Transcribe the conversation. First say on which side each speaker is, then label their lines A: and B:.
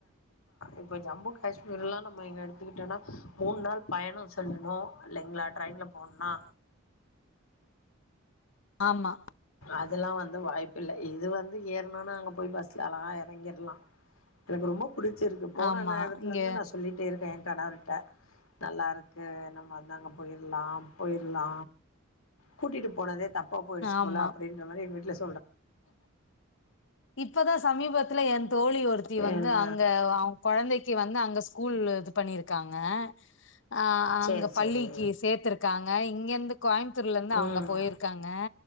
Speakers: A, on the left (about 80°); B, on the left (about 60°).
A: இப்ப ஜம்மு காஷ்மீர் லா நம்ம எடுத்துக்கிட்டோனா மூணு நாள் பயணம் செல்லணு இல்லைங்ளா ட்ரெயின்ல ஒண்ணா
B: ஆமா
A: அதுலா வந்து வாய்ப்புல்ல இது வந்து ஏறுனோனா அங்க போய் பஸ்ல அழகா எறங்கிர்லா எனக்கு ரொம்பப் பிடிச்சிருக்கு போன
B: ஆமா
A: நேரத்துல
B: இங்க
A: இருந்து நா சொல்லிட்டே இருக்கே எ கணவர்ட்ட நல்லாருக்கு நம்ம ‌வந்து அங்க போயிர்லா போயிர்லா கூட்டிட்டு போனதே தப்பா போயிடுச்சு
B: ஆமா
A: போல அப்டின்ற மாரி எங்க வீட்ல சொ
B: இப்பதா சமீபத் ல ஏ தோழி ஒருத்தி வந்து
A: என்ன
B: அங்க அவ கொழந்தைக்கி வந்து அங்க ஸ்கூல்லு இது பண்ணிருக்காங்க அ
A: சரி,
B: அங்க பள்ளிக்கி
A: சரி.
B: சேத்திருக்காங்க இங்கருந்து கோயமுத்தூர்லருந்து
A: ம்.
B: அவங்க போயிருக்காங்க